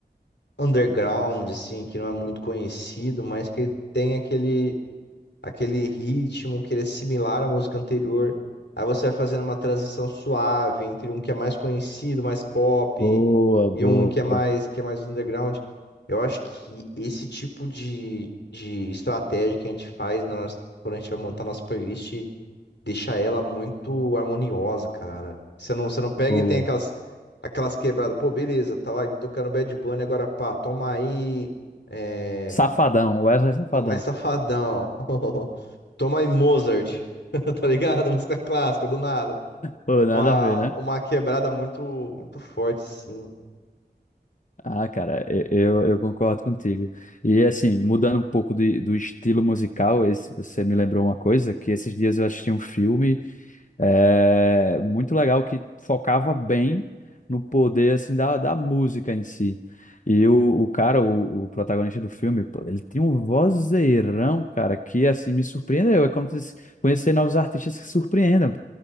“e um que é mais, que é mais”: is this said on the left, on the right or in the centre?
Left